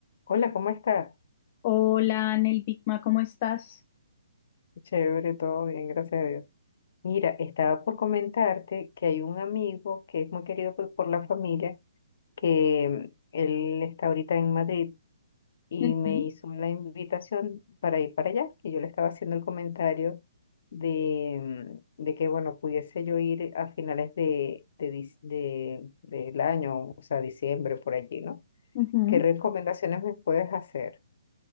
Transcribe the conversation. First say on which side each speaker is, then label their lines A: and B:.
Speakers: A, on the left (about 55°); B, on the left (about 35°).
A: Hola, ¿cómo estás?
B: Hola, Anel Bigma, ¿cómo estás?
A: Chévere, todo bien, gracias a Dios. Mira, estaba por comentarte que hay un amigo que es muy querido por, por la familia, que mm, él está ahorita en Madrid y
B: Ujú,
A: me hizo la invitación para ir para allá, y yo le estaba haciendo el comentario de, mm, de que, bueno, pudiese yo ir a finales de, de, dic- de- del año, o sea, diciembre, por allí, ¿no?
B: ujú.
A: ¿Qué recomendaciones me puedes hacer?